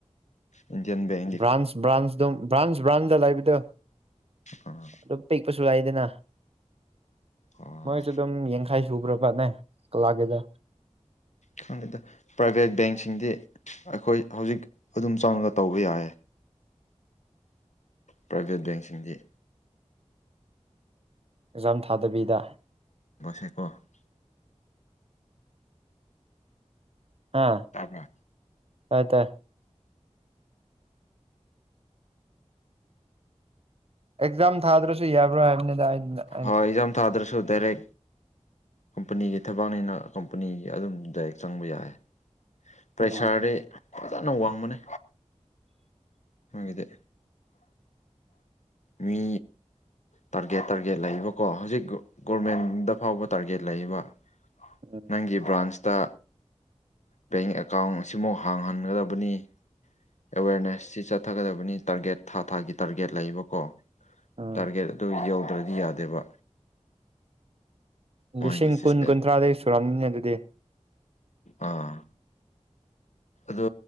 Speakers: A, on the left; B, on the right.
A: ꯏꯟꯗꯤꯌꯥꯟ ꯕꯦꯡ
B: ꯕ꯭ꯔꯥꯟꯁ ꯕ꯭ꯔꯥꯟꯁ ꯑꯗꯨꯝ ꯕ꯭ꯔꯥꯟꯁ ꯕ꯭ꯔꯥꯟꯗ ꯂꯩꯕꯗ
A: <unintelligible>
B: ꯑꯗꯨꯝ ꯄꯤꯛꯄꯁꯨ ꯂꯥꯏꯗꯅ
A: ꯑꯣ
B: ꯃꯣꯏꯁꯨ ꯑꯗꯨꯝ ꯌꯦ ꯈꯥꯏ ꯁꯨꯕ꯭ꯔꯕꯅꯦ ꯀꯂꯥꯒꯦꯗ
A: ꯈꯪꯉꯦꯗ ꯄ꯭ꯔꯥꯏꯚꯦꯠ ꯕꯦꯡꯁꯤꯡꯗꯤ ꯑꯩꯈꯣꯏ ꯍꯧꯖꯤꯛ ꯑꯗꯨꯝ ꯆꯪꯉꯒ ꯇꯧꯕ ꯌꯥꯏ
B: <inaudible>
A: ꯄ꯭ꯔꯥꯏꯚꯦꯠ ꯕꯦꯡꯁꯤꯡꯗꯤ
B: ꯑꯦꯛꯖꯥꯝ ꯊꯥꯗꯕꯤꯗ
A: ꯁꯀ <unintelligible>
B: ꯑꯥ ꯍ
A: ꯇꯥꯕ꯭ꯔꯥ
B: ꯇꯥꯏ ꯇꯥꯏ ꯑꯦꯛꯖꯥꯝ ꯊꯥꯗ꯭ꯔꯁꯨ ꯌꯥꯕ꯭ꯔꯥ ꯍꯥꯏꯕꯅꯤꯗ ꯑꯗ
A: ꯍꯣꯏ ꯏꯖꯥꯝ ꯊꯥꯗ꯭ꯔꯁꯨ ꯇꯔ ꯀꯝꯄꯅꯤꯒꯤ ꯊꯕꯛꯅꯤꯅ ꯀꯝꯄꯅꯤꯒꯤ ꯑꯗꯨꯝ ꯗꯥꯏꯔꯦꯛ ꯆꯪꯕ ꯌꯥꯏ ꯄ꯭ꯔꯦꯁꯥꯔꯗꯤ
B: ꯎꯝ
A: ꯐꯖꯅ ꯋꯥꯡꯕꯅꯤ ꯃꯒꯤꯗ ꯃꯤ ꯇꯥꯔꯒꯦꯠ ꯇꯥꯔꯒꯦꯠ ꯂꯩꯕꯀꯣ ꯍꯧꯖꯤꯛ ꯒꯣꯔꯃꯦꯟꯗ ꯐꯥꯎꯕ ꯇꯥꯔꯒꯦꯠ ꯂꯩꯕ
B: ꯎꯝ
A: ꯅꯪꯒꯤ ꯕ꯭ꯔꯥꯟꯁꯇ ꯕꯦꯡ ꯑꯦꯀꯥꯎꯟ ꯑꯁꯤꯃꯨꯛ ꯍꯥꯡꯍꯟꯒꯗꯕꯅꯤ ꯑꯦꯋꯦꯔꯅꯦꯁꯁꯤ ꯆꯠꯊꯒꯗꯕꯅꯤ ꯇꯥꯔꯒꯦꯠ ꯊꯥ ꯊꯥꯒꯤ ꯇꯥꯔꯒꯦꯠ ꯂꯩꯕꯀꯣ
B: ꯎꯝ
A: ꯇꯥꯔꯒꯦꯠ ꯑꯗꯨ ꯌꯧꯗ꯭ꯔꯗꯤ ꯌꯥꯗꯦꯕ ꯃꯣꯏꯒꯤ
B: ꯂꯤꯁꯤꯡ
A: ꯁꯤꯁꯇꯦꯝ
B: ꯀꯨꯟ ꯀꯨꯟꯊ꯭ꯔꯥꯗꯒꯤꯩ ꯁꯨꯔꯝꯅꯤꯅꯦ ꯑꯗꯨꯗꯤ
A: ꯑꯥ ꯑꯗꯣ